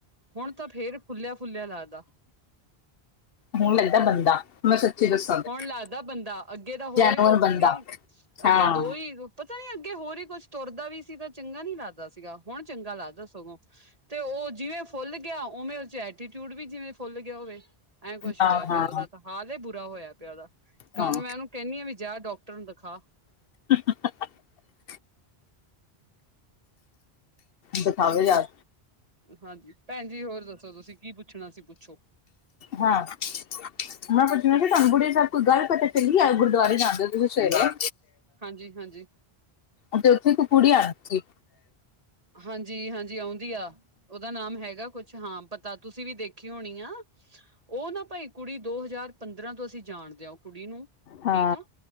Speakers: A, on the right; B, on the left.
A: ਹੁਣ ਤਾਂ ਫੇਰ, ਫੁੱਲਿਆ- ਫੁੱਲਿਆ ਲੱਗਦਾ।
B: ਹੁਣ ਲੱਗਦਾ ਬੰਦਾ। ਮੈਂ ਸੱਚੀ ਦੱਸਾਂ ਤੇ
A: ਹੁਣ ਲੱਗਦਾ ਬੰਦਾ, ਅੱਗੇ ਤਾਂ ਹੋਰ
B: ਜੈਨੂਅਨ
A: ਹੀ ਕੁਛ
B: ਬੰਦਾ
A: ਸੀ,
B: ਹਾਂ
A: ਅੱਗੇ ਦੋ ਹੀ ਪਤਾ ਨੀ ਅੱਗੇ ਹੋਰ ਹੀ ਕੁੱਝ ਤੁਰਦਾ ਵੀ ਸੀ, ਤਾਂ ਚੰਗਾ ਨੀ ਲੱਗਦਾ ਸੀਗਾ, ਹੁਣ ਚੰਗਾ ਲੱਗਦਾ ਸਗੋਂ। ਤੇ ਓ ਜਿਵੇਂ ਫੁੱਲ ਗਿਆ ਓਵੇਂ ਐਟੀਚਿਊਡ ਵੀ ਜਿਵੇਂ ਫੁੱਲ ਗਿਆ ਹੋਵੇ। ਐਂ ਕੁੱਛ
B: ਹਾਂ
A: ਹੋਇਆ
B: ਹਾਂ
A: ਪਿਆ ਓਦਾ ਤਾਂ ਹਾਲ ਬੁਰਾ ਹੋਇਆ ਪਿਆ ਓਦਾ ਕੱਲ
B: ਹਾਂ
A: ਮੈਂ ਓਨੂੰ ਕੈਨੀ ਆ ਵੀ ਜਾ ਡੋਕਟਰ ਨੂੰ ਦਿਖਾ।
B: <unintelligible> ਦਿਖਾਵੇ ਜਾ
A: ਹਾਂਜੀ ਭੈਣ ਜੀ ਹੋਰ ਦੱਸੋ ਤੁਸੀਂ ਕੀ ਪੁੱਛਣਾ ਸੀ ਪੁੱਛੋ।
B: ਹਾਂ <unintelligible> ਮੈਂ ਪੁੱਛਣਾ ਸੀ ਤੁਹਾਨੂੰ ਬੁੜੇ ਸਾਹਿਬ ਕੋਈ ਗੱਲ ਪਤਾ ਚੱਲੀ ਆ ਗੁਰਦੁਆਰੇ ਜਾਂਦੇ ਹੋ ਤੁਸੀਂ ਸਵੇਰੇ।
A: ਹਾਂਜੀ-ਹਾਂਜੀ
B: ਅਤੇ ਉੱਥੇ ਇੱਕ ਕੁੜੀ ਆਂਦੀ ਸੀ
A: ਹਾਂਜੀ-ਹਾਂਜੀ ਆਉਂਦੀ ਆ। ਓਦਾ ਨਾਮ ਹੈਗਾ ਕੁਛ ਹਾਂ ਪਤਾ ਤੁਸੀਂ ਵੀ ਦੇਖੀ ਹੋਣੀ ਆ। ਓ ਨਾ ਭਾਈ ਕੁੜੀ ਦੋ ਹਜ਼ਾਰ ਪੰਦਰਾਂ ਤੋਂ ਅਸੀਂ ਜਾਣਦੇ ਆ। ਕੁੜੀ ਨੂੰ
B: ਹਾਂ
A: ਠੀਕ ਆ